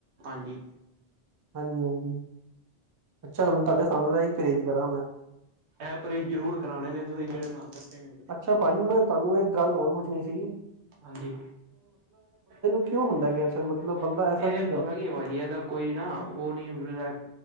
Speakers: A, on the right; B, on the right.
A: ਹਾਂਜੀ।
B: ਹਾਂਜੀ, ਹਾਂਜੀ। ਅੱਛਾ, ਹੁਨ ਤੁਆਡੇ ਸਾਬ ਦਾ ਹੀ ਪਰਹੇਜ਼ ਕਰਾਂ ਮੈਂ।
A: ਇਹ ਪਰਹੇਜ਼ ਜ਼ਰੂਰ ਕਰਾਣੇ
B: <inaudible>
A: ਨੇ ਤੁਸੀਂ ਜਿਹੜੇ ਤੁਹਾਨੂੰ ਦੱਸੇ ਨੇ
B: ਅੱਛਾ ਭਾਜੀ, ਮੈਂ ਤੁਹਾਨੂੰ ਏਕ ਗੱਲ ਹੋਰ ਪੁੱਛ <unintelligible>
A: ਹਾਂਜੀ, <inaudible>
B: ਕਿਉਂ ਹੁੰਦਾ ਕੈਂਸਰ ਮਤਲਬ ਬੰਦਾ ਐਸਾ
A: ਏ
B: ਕਰਦਾ
A: ਪਤਾ ਕੀ ਐ ਬਾਊਜੀ ਐਦਾ‌ ਕੋਈ ਨਾਂ ਓ ਨੀ ਲੈ